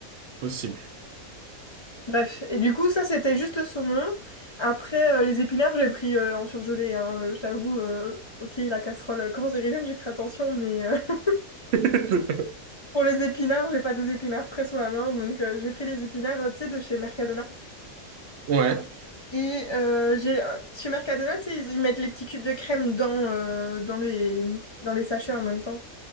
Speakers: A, on the right (about 65°); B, on the left (about 35°).
A: Possible.
B: Bref, et du coup, ça, c'était juste le saumon. Après, euh, les épinards, j'ai pris euh, en surgelé. hein. Euh, Je t'avoue, euh, ok, la casserole, euh, quand j'étais jeune, j'ai fait attention, mais euh, <laughs>
A: <laughs>
B: pour les épinards, j'ai pas des épinards frais sous la main. Donc, euh, j'ai pris les épinards, euh, tu sais, de chez Mercadona.
A: Ouais.
B: Et euh, j'ai, euh, chez Mercadona, tu sais, ils, ils mettent les petits cubes de crème dans, euh, dans les, dans les sachets en même temps.